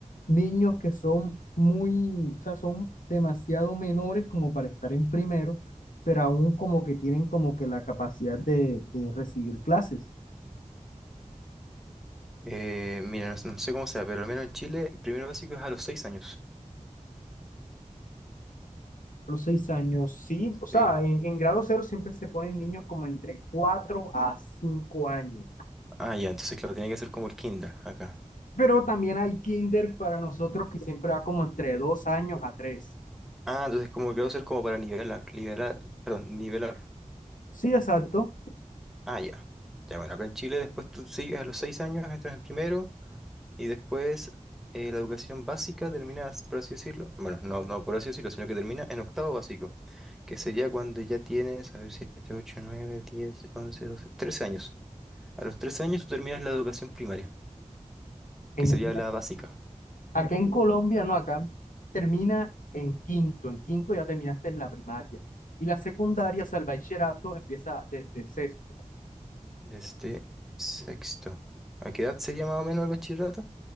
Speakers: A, on the left (about 85°); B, in the centre.
A: niños que son muy, o sea, son demasiado menores como para estar en primero, pero aún como que tienen como que la capacidad de, de recibir clases.
B: eh, mira, no, s- no sé cómo sea, pero al menos en Chile, primero básico es a los seis años.
A: Los seis años, sí, o sea,
B: Sí.
A: en, en grado cero siempre se ponen niños como entre cuatro a cinco años.
B: Ah, ya, entonces claro, tiene que ser como el kinder acá.
A: Pero también hay kinder para nosotros que siempre va como entre dos años a tres.
B: Ah, entonces como que va a ser como para nivelar, liberar, perdón, nivelar.
A: Sí, exacto.
B: Ah, ya. Ya, bueno, acá en Chile después tú sigues a los seis años, entras en primero y después eh, la educación básica terminas, por así decirlo, bueno, no, no por así decirlo, sino que termina en octavo básico, que sería cuando ya tienes, a ver, siete, ocho, nueve, diez, once, doce, trece años. A los trece años tú terminas la educación primaria,
A: En-
B: que sería la básica,
A: acá en Colombia, no, acá termina en quinto. En quinto ya terminaste la primaria. Y la secundaria, o sea, el bachillerato empieza desde sexto,
B: desde sexto. ¿A qué edad sería más o menos el bachillerato?